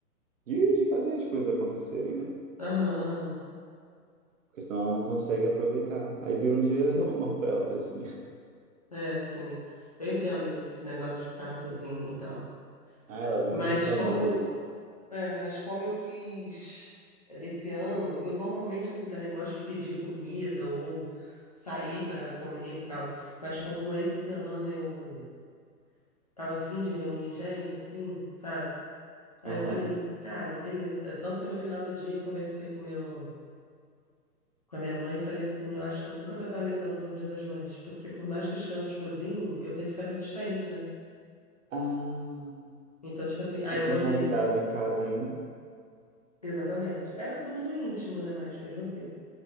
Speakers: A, on the right; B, on the left.
A: de, de de fazer as coisas acontecerem, né?
B: Aham, aham.
A: Porque senão ela não consegue aproveitar. Aí vira um dia <laughs> normal pra ela, tadinha.
B: É, sim. Eu entendo isso, esse negócio de ficar na cozinha e tal.
A: Ah, ela vive
B: Mas
A: reclamando
B: como
A: disso.
B: É, mas como eu quis esse ano, eu normalmente assim também gosto de pedir comida ou sair para comer e tal. Mas como esse ano eu tava afim de reunir gente, assim, sabe? Aí
A: Aham.
B: eu falei, cara, beleza. É, Tanto que no final do dia eu conversei com meu, com a minha mãe e falei assim, eu acho que eu nunca trabalhei tanto no Dia das Mães, porque por mais que as crianças cozinhem, eu tenho que ficar de assistente, né?
A: Ah,
B: Então, tipo assim, aí
A: e com
B: eu mandei
A: convidado
B: no. di-
A: em casa ainda?
B: Exatamente. Era todo mundo íntimo, né? Mas mesmo assim.